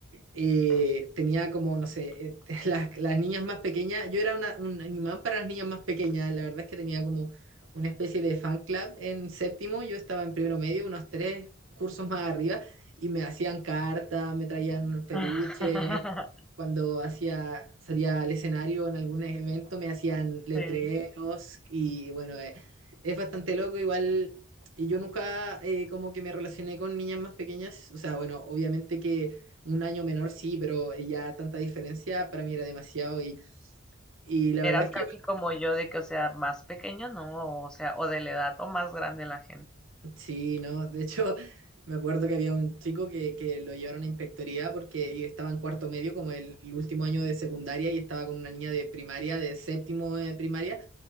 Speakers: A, on the right (about 80°); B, in the centre.
A: eh,
B: Sí.
A: tenía como, no sé, eh, <laughs> las, las niñas más pequeñas, yo era una, un imán para las niñas más pequeñas, la verdad es que tenía como una especie de fan club en séptimo, yo estaba en primero medio, unos tres cursos más arriba, y me hacían cartas, me traían peluches,
B: <laughs>
A: cuando hacía, salía al escenario en algún evento me hacían letreros,
B: sí.
A: y bueno, eh, es bastante loco, igual... Y yo nunca eh, como que me relacioné con niñas más pequeñas, o sea, bueno, obviamente que un año menor, sí, pero eh, ya tanta diferencia para mí era demasiado. Y, y la
B: Eras
A: verdad es
B: casi
A: que
B: como yo de que, o sea, más pequeño no, o sea, o de la edad o más grande la gente,
A: igual, sí, ¿no? De hecho, <laughs> me acuerdo que había un chico que, que lo llevaron a inspectoría porque estaba en cuarto medio, como el, el último año de secundaria, y estaba con una niña de primaria, de séptimo de primaria.